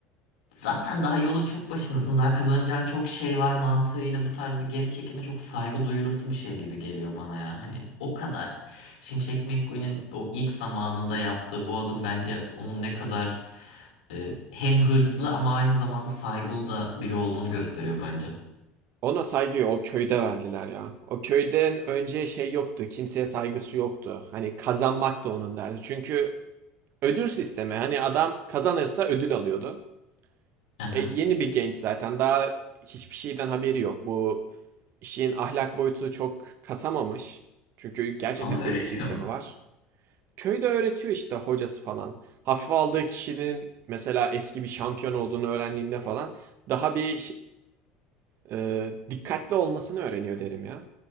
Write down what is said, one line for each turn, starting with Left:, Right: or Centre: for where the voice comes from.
Left: Zaten daha yolun çok başındasın. Daha kazanacağın çok şey var mantığıyla bu tarz bir geri çekime çok saygı duyulası bir şey gibi geliyor bana ya. Hani o kadar Şimşek McQueen'in o ilk zamanında yaptığı bu adım bence onun ne kadar e, hem hırslı ama aynı zamanda saygılı da biri olduğunu gösteriyor bence.
Right: Ona saygıyı o köyde verdiler ya. O köyden önce şey yoktu. Kimseye saygısı yoktu. Hani kazanmak da onun derdi. Çünkü ödül sistemi. Hani adam kazanırsa ödül alıyordu.
Left: Aha.
Right: E, yeni bir genç zaten. Daha hiçbir şeyden haberi yok. Bu işin ahlak boyutu çok kasamamış. Çünkü gerçekten
Left: Ama öğreniyor.
Right: ödül sistemi var. Köyde öğretiyor işte hocası falan. Hafife aldığı kişinin mesela eski bir şampiyon olduğunu öğrendiğinde falan daha bir e, dikkatli olmasını öğreniyor derim ya.